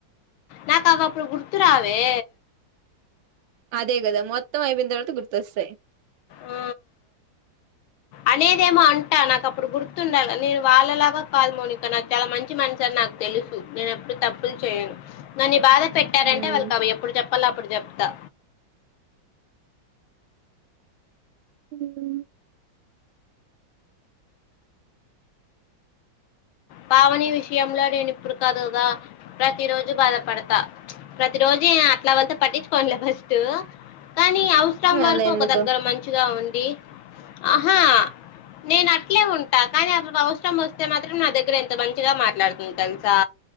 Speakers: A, on the left; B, on the right.
A: నాకా అక అప్పుడు గుర్తు రావే
B: అదే కదా మొత్తం అయిపోన తర్వాత గుర్తొస్తాయి
A: ఆ అనేది ఏమో అంటా నాకు అప్పుడు గుర్తుండాలి నేను వాళ్ళలాగా కాదు మౌనిక నాకు చాలా మంచి మనసు అని నాకు తెలుసు నేను ఎప్పుడు తప్పులు చేయను నన్నీ బాధ పెట్టారంటే
B: ఉమ్
A: వాళ్ళ కి అవి ఎప్పుడు చెప్పలో అప్పుడు చెప్తా
B: <inaudible>
A: పావని విషయంలో నేను ఇప్పుడు కాదుగా ప్రతి రోజు బాధపడతా ప్రతి రోజు అట్ల అవంత పట్టించుకోనులే ఫస్ట్ కానీ అవసరం
B: మళ్ళీ
A: వరకు
B: ఎందుకు
A: ఒక దగ్గర మంచిగా ఉ కి ఆహా నేను అట్లే ఉంటా కానీ అవసరం వస్తే మాత్రం నా దగ్గర నా దగ్గరఎంత మంచిగా మాట్లాడుతుంది తెలుసా